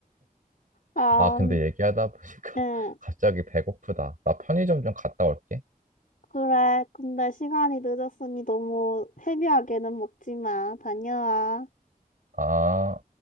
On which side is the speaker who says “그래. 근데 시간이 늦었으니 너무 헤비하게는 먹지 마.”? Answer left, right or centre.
Left